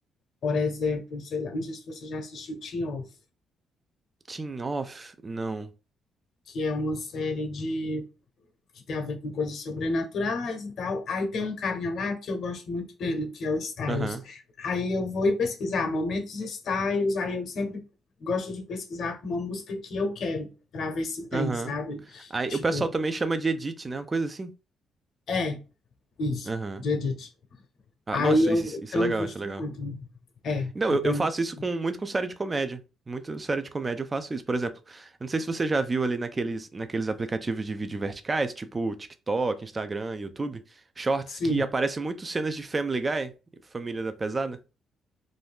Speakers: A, on the left (about 65°); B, on the right (about 25°).
A: por exemplo, sei lá, não sei se você já assistiu Teen Off,
B: Team off? Não.
A: que é uma série de que tem a ver com coisas sobrenaturais e tal. Aí tem um carinha lá que eu gosto muito dele, que é o Styles.
B: Aham,
A: Aí eu vou e pesquisar momentos Styles, aí eu sempre gosto de pesquisar com uma música que eu quero, para ver se tem,
B: aham.
A: sabe?
B: Aí
A: Tipo,
B: o pessoal também chama de edit, né? Uma coisa assim.
A: É, isso,
B: Aham.
A: de Edith.
B: Ah,
A: Aí
B: nossa,
A: eu,
B: isso,
A: eu
B: isso
A: tenho
B: é legal,
A: visto
B: isso é legal.
A: muito. né? É,
B: Não,
A: eu
B: eu,
A: tenho
B: eu faço
A: visto.
B: isso com muito com série de comédia. Muito série de comédia eu faço isso. Por exemplo, eu não sei se você já viu ali naqueles, naqueles aplicativos de vídeo verticais, tipo TikTok, Instagram, YouTube, Shorts,
A: Sim,
B: que aparecem muito cenas de Family Guy, Família da Pesada.